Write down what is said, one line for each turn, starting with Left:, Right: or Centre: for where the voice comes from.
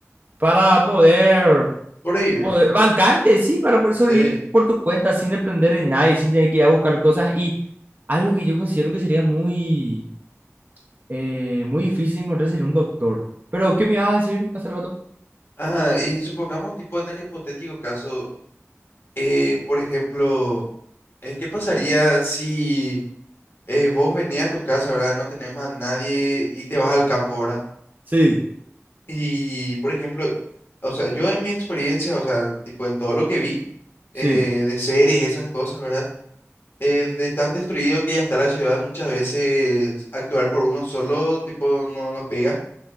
Right: para poder,
Left: sobrevivir.
Right: poder bancarte, sí, para poder sobrevivir
Left: Sí.
Right: por tu cuenta sin depender de nadie, sin tener que ir a buscar cosas. Y algo que yo considero que sería muy, eh, muy difícil encontrar sería un doctor. Pero, ¿qué me ibas a decir hace rato?
Left: Ah, y supongamos tipo en el hipotético caso, eh, por ejemplo, eh, ¿qué pasaría si eh, vos venías a tu casa, ¿verdad? No tenés más nadie y te vas al campo, ¿verdad?
Right: Sí,
Left: Y, por ejemplo, o sea, yo en mi experiencia, o sea, tipo en todo lo que vi
Right: sí,
Left: eh, de series, esas cosas, ¿verdad? Eh, de tan destruido que ya está la ciudad, muchas veces actuar por uno solo, tipo, no nos pega,